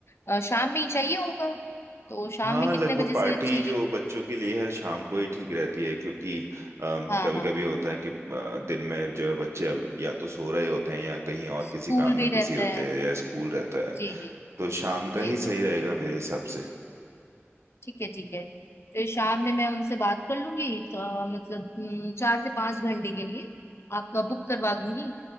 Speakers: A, on the left (about 60°); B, on the right (about 70°).
A: अ, शाम में ही चाहिए होगा तो शाम
B: हाँ
A: में कितने
B: लगभग
A: बजे
B: पार्टी
A: से चाहिए
B: जो बच्चों के लिए है शाम को ही ठीक रहती है क्योंकि कभी
A: हाँ हाँ
B: कभी होता है कि अ, दिन में जो है बच्चे अब या तो सो रहे होते हैं या कहीं और
A: स्कूल
B: किसी काम में
A: भी
B: बिजी
A: रहता
B: होते
A: है
B: हैं या स्कूल रहता है
A: जी जी
B: तो शाम का
A: जी
B: ही सही रहेगा मेरे हिसाब से
A: ठीक है ठीक है फिर शाम में मैं उनसे बात कर लूंगी तो, अ, मतलब हम्म, चार से पांच घंटे के लिए आपका बुक करवा दूंगी